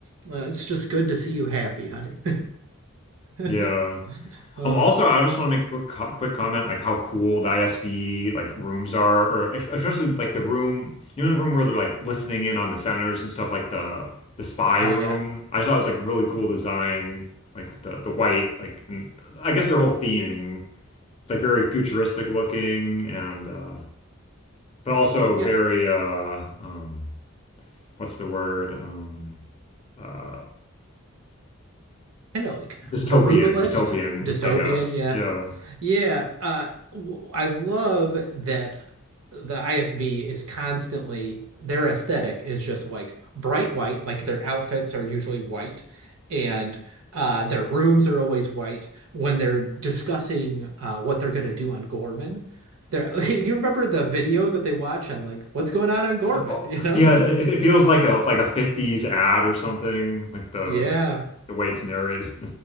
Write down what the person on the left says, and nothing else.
<laughs>
yeah.
Um. Also, I just want to make a quick co quick comment, like how cool the ISB like rooms are, or es- especially like the room. You know the room where they're like listening in on the senators and stuff, like the the spy
room.
I thought it was like really cool design, like with the the white, like and I guess their whole theming. it's like very futuristic looking and uh but also
very uh um what's the word? Um uh
dystopian,
dystopian,
I guess.
Yeah.
Oh,
yeah, it,
it feels like a like a 50s ad or something, like the
the way it's narrated.